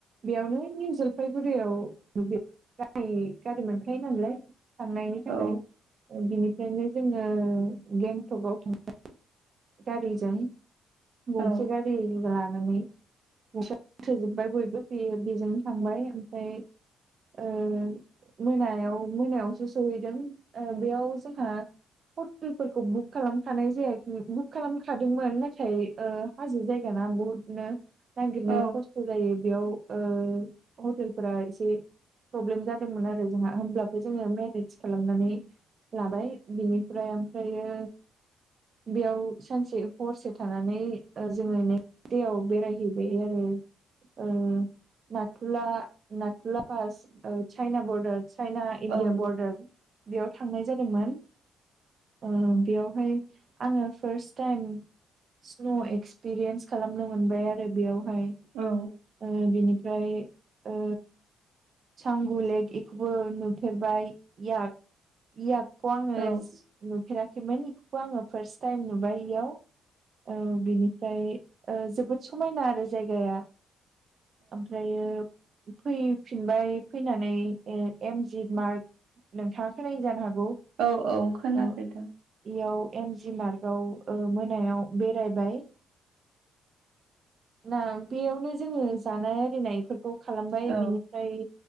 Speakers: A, on the right (about 50°); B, on the right (about 85°).
A: बेयावनो निउ जलफायगुरियाव <unintelligible> गारि गारि मोनखायो नालाय थनायनायनि थाखाय
B: औ
A: ओं बिनिफ्रायनो जोङो गेंटकआव थांबाय गारिजों। गंसे
B: औ
A: गारि लानानै। <unintelligible> थोजोबबाय बयबो बे बेजोंनो थांबाय ओमफ्राय ओ मोनायाव मोनायावसो सहैदों ओ बेयाव जोंहा हटेलफोरखौ बुक खालामखानाय जायाखै बुक खालामखादोंमोन ओमफाय थाइ ओ हाजो जायगाना बहुदनो नागिरनो
B: औ
A: खस्थ' जायो बेयाव ओ हटेलफोरा एसे प्रब्लेम जादोंमोन आरो जोंहा होमब्लाबो जोङो मेनेज <unintelligible> खालामनानै लाबाय बिनिफ्राय ओमफ्रायो बेयाव सानसे हरसे थानानै ओ जोङो नेक्स देयाव बेरायहैबाय आरो। ओ नाथुला नाथुला पास ओ चाइना बरडार चाइना इण्डिया
B: औ
A: बरडार। बेयाव थांनाय जादोंमोन ओ बेयावहाय आङो फार्स्ट टाइम स्न' एक्सपिरियेन्स खालामनो मोनबाय आरो बेयावहाय।
B: औ
A: ओ बिनिफ्राय ओ सांगुलेक एखौबो नुफेरबाय इयाक इयाकखौ आङो
B: औ
A: जि नुफेराखैमोन इखौबो आङो फार्स्ट टाइम नुबाय इयाव। औ बिनिफ्राय ओ जोबोद समायना आरो जायगाया। ओमफ्रायो फैफिनबाय फैनानै ए एमजि मार्क नोंथाङा खोनायो जानो हागौ।
B: औ औ खोनाफेरदों।
A: ओ इयाव एम जि मार्गाव ओ मोनायाव बेरायबाय। ना बेयावनो जोङो जानाय आरिनायफोरखौ खालामबाय
B: औ
A: बिनिफ्राय